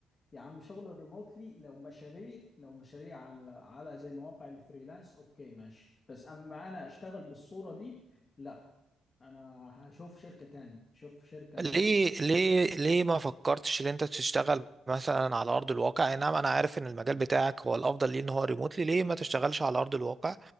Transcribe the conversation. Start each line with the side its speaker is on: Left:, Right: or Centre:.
Left: يا عم شغل ريموتلي لو مشاريع لو مشاريع على على زي مواقع الفريلانس اوكي ماشي بس اما انا اشتغل بالصوره دي لا انا هشوف شركه تاني شوف شركه
Right: ليه
Left: مثلا
Right: ليه ليه ما فكرتش ان انت تشتغل مثلا على ارض الواقع اي نعم انا عارف ان المجال بتاعك هو الافضل ليه ان هو ريموتلي ليه ما تشتغلش على ارض الواقع